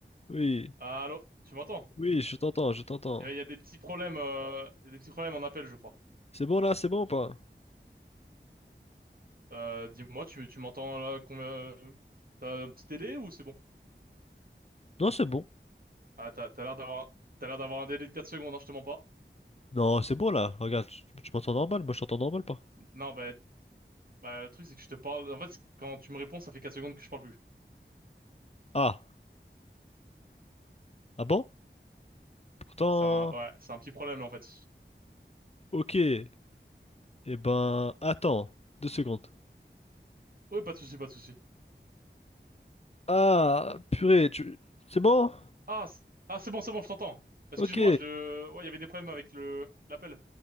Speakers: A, on the left; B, on the right.
A: oui,
B: Ah, Allô? Tu m'entends?
A: oui, je t'entends, je t'entends.
B: Eh ben, Il y a des petits problèmes, euh, il y a des petits problèmes en appel, je crois.
A: C'est bon là, c'est bon ou pas?
B: Euh, dis-moi, tu, tu m'entends là combien? euh, T'as un petit délai ou c'est bon?
A: Non, c'est bon.
B: Ah, t'as, t'as l'air d'avoir, t'as l'air d'avoir un délai de 4 secondes, hein, je te mens pas.
A: Non, c'est bon là. Regarde, tu, tu m'entends normal, moi je t'entends normal pas.
B: Non, bah, bah, le truc, c'est que je te parle. En fait, quand tu me réponds, ça fait 4 secondes que je parle plus.
A: Ah, ah bon? Pourtant,
B: C'est un, ouais, c'est un petit problème, en fait.
A: ok. Eh ben, attends, deux secondes.
B: Oui, pas de souci, pas de souci.
A: Ah, purée, tu... C'est bon?
B: Ah, c- ah c'est bon, c'est bon, je t'entends. Excuse-moi,
A: Ok,
B: je... Ouais, il y avait des problèmes avec le l'appel.